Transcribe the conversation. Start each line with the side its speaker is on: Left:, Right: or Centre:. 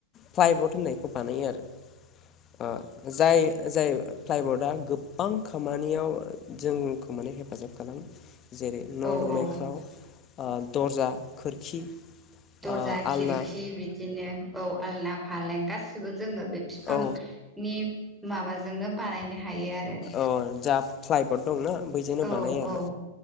Left: फ्लाइबट होननायखौ बानायो आरो जाय जाय फ्लाइबर्डआ गोबबां खामानियाव जोंखौ माने हेफाजाब खालामो। जेरै न'
Centre: औ
Left: लुनायफ्राव
Centre: औ
Left: दर्जा खोरखि।
Centre: दरजा
Left: ओ
Centre: खिरखि
Left: आलना
Centre: बिदिनो औ आलना फालें गासिबो जोङो बे। बिफां
Left: औ
Centre: नि माबाजोंनो बानायनो हायो आरो।
Left: औ जा फ्लाइबड दंना बैजोंनो
Centre: औ
Left: बानायो आरो
Centre: औ